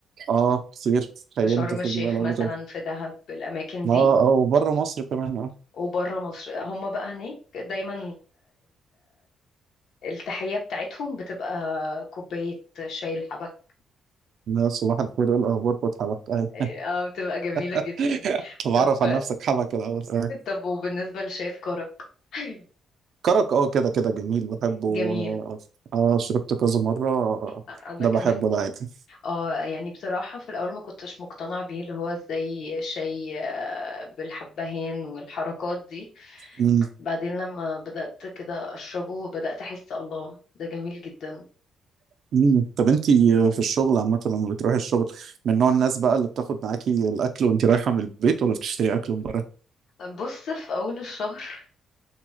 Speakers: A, on the right; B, on the left.
A: اه كتير خيمت
B: في شرم
A: في
B: الشيخ
A: الجبال قبل
B: مثلا
A: كده
B: في دهب الاماكن دي
A: اه اه وبره مصر كمان اه
B: وبره مصر هم بقى هناك دايما التحية بتاعتهم بتبقى كوباية شاي الحبة
A: لا صباح الخير ايه الاخبار فتحي حبك ايوه
B: اه آه، بتبقى جميلة جدا
A: <laughs> طب اعرف
B: طب
A: عن نفسك حبك الاول آه.
B: طب وبالنسبة لشاي الكرك <laughs>
A: كرك اه كده كده جميل بحبه
B: جميل
A: اه آه، شربت كذا مره آه،
B: انا
A: ده
B: كمان
A: بحبه ده عادي
B: اه يعني بصراحة في الاول ما كنتش مقتنعة بيه اللي هو ازاي شاي آه، بالحبهان والحركات دي
A: مم.
B: بعدين لما بدأت كده اشربه بدأت احس الله ده جميل جدا
A: مم. طب انتي في الشغل عامة لما بتروحي الشغل من نوع الناس بقى اللي بتاخد معاكي الأكل وانتي رايحة من البيت ولا بتشتري أكل من بره؟
B: بص في اول الشهر